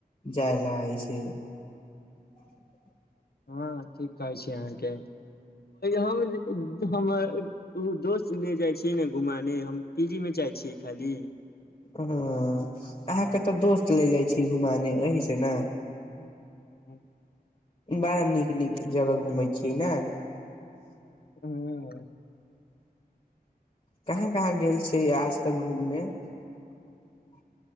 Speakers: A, on the left (about 35°); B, on the left (about 80°).
A: जाय ल छै। <unintelligible>
B: हँ ठीक कहै छी अहाँके हम हमर ओ दोस्त ल जाइ छियै ने घुमाने हम फी मे जाइ छियै खाली।
A: हाँ अहाँ के ते दोस्त ले जाय छी घुमाने एही से ना।
B: ह्म्म।
A: बड़ा नीक-नीक जगह घुमै छी ना।
B: हूं। <unintelligible>
A: कहाँ कहाँ गेल छै आज तक घूमने। <unintelligible>